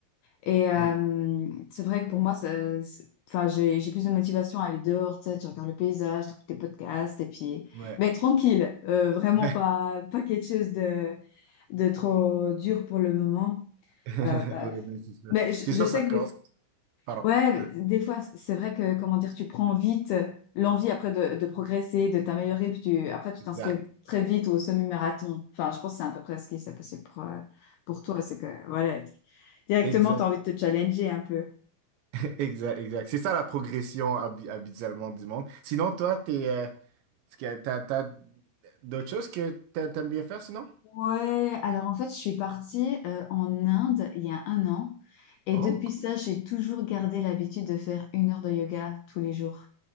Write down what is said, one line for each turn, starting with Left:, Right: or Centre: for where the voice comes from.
Left: Et euh,
Right: Ouais,
Left: c'est vrai que pour moi, ça- c'est- enfin, j'ai, j'ai plus de motivation à aller dehors, tu sais, tu regardes le paysage, tu écoutes tes podcasts, et puis...
Right: ouais.
Left: Mais tranquille, euh, vraiment
Right: <laughs>
Left: pas, pas quelque chose de, de trop dur pour le moment.
Right: Ouais,
Left: Euh, bah,
Right: non, c'est ça.
Left: mais je,
Right: C'est sûr,
Left: je sais
Right: ça commence
Left: que des,
Right: comme ça. Pardon.
Left: ouais,
Right: Ouais,
Left: des fois, c'est vrai que, comment dire, tu prends vite l'envie après de, de progresser, de t'améliorer, puis tu, après, tu
Right: Exact.
Left: t'inscris très vite au semi-marathon. Enfin, je pense que c'est à peu près ce qui s'est passé pour, euh, pour toi, c'est que, voilà, directement,
Right: Exact.
Left: tu as envie de te challenger un peu.
Right: <laughs> Exact. Exact. C'est ça la progression habi- habituellement du monde. Sinon, toi, t'es, euh, est-ce que t'as, t'as d'autres choses que t'a- t'aimes bien faire sinon?
Left: Ouais, alors en fait, je suis partie euh, en Inde il y a un an. Et
Right: Oh,
Left: depuis
Right: cool.
Left: ça, j'ai toujours gardé l'habitude de faire une heure de yoga tous les jours.